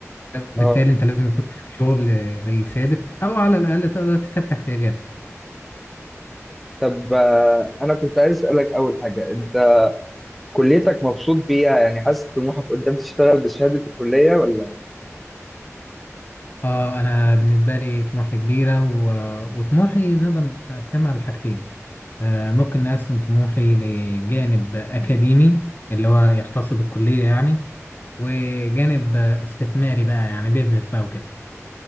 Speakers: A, on the left (about 40°); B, in the centre.
A: بالتالي
B: اه
A: انت لازم يكون عندك شغل زي ثابت او على الاقل تقدر تكفي احتياجاتك
B: طب آه، انا كنت عايز اسألك اول حاجة انت كليتك مبسوط بيها يعني حاسس طموحك قدام تشتغل بشهادة الكلية ولا
A: اه انا بالنسبه لي طموحي كبيره و... وطموحي نقدر نقسمها لحاجتين آه ممكن نقسم طموحي لجانب اكاديمي اللي هو يختص بالكليه يعني وجانب استثماري بقى يعني بيزنس بقى وكده